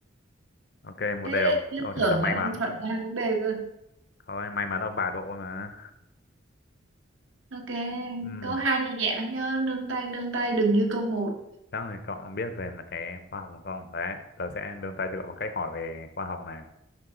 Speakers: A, on the left; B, on the right.
A: ok một
B: Thế,
A: đều
B: liên
A: ôi thật
B: tưởng
A: là may
B: là
A: mắn
B: ông chọn A với B cơ.
A: thôi may mắn ông bà độ mà
B: Ok,
A: Ừm,
B: câu 2 nhẹ nhẹ lắm nhá, nương tay nương tay đừng như câu một.
A: chắc là cậu biết về mà cái khoa học không đấy tớ sẽ nương tay cho cậu bằng cách hỏi về khoa học này